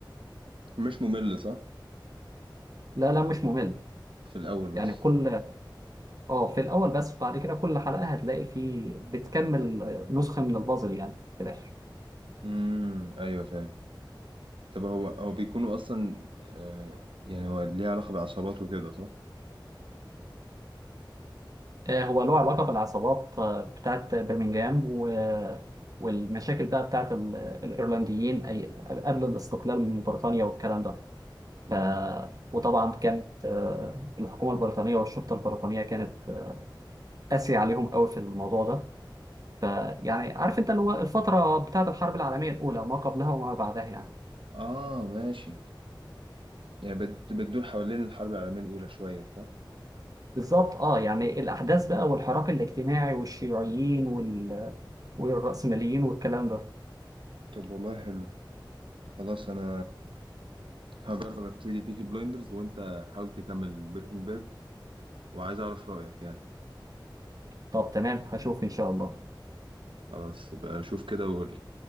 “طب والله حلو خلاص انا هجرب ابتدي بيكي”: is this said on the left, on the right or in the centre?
Right